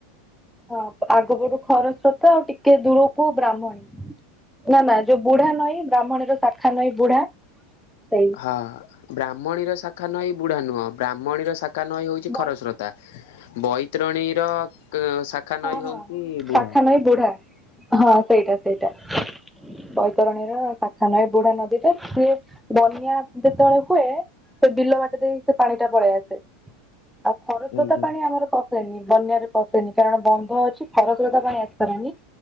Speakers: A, in the centre; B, on the left.
A: ହଁ ଆଗପଟୁ ଖରସ୍ରୋତା ଆଉ ଟିକେ ଦୂରକୁ ବ୍ରାହ୍ମଣୀ। ନା-ନା ଯୋଉ ବୁଢା ନଈ ବ୍ରାହ୍ମଣୀର ଶାଖା ନଈ ବୁଢା ସେଇ
B: ହଁ, ବ୍ରାହ୍ମଣୀର ଶାଖା ନଈ ବୁଢା ନୁହଁ ବ୍ରାହ୍ମଣୀର ଶାଖ୍ ଶାଖା ନଈ ହେଉଛି
A: ବୈ
B: ଖରସ୍ରୋତା, ବୈତରଣୀର ଶାଖା
A: ହଁ
B: ନଈ
A: ହଁ
B: ହଉଛି
A: ଶାଖା
B: ବୁଢା।
A: ନଈ ବୁଢା ହଁ ସେଇଟା ସେଇଟା। ବୈତରଣୀର ଶାଖା ନଈ ବୁଢା ନଦୀରେ ସିଏ ବନ୍ୟା ଯେତେବେଳେ ହୁଏ ସେ ବିିଲ ବାଟ ଦେଇ ସେ ପାଣିଟା ପଳେଇ ଆସେ। ଆଉ ଖରସ୍ରୋତା
B: ଆଜ୍ଞା
A: ପାଣି ଆମର ପଶେନି ବନ୍ୟାରେ ପଶେନି। କାରଣ ବନ୍ଧ ଅଛି ଖରସ୍ରୋତା ପାଣି ଆସିପାରେନି,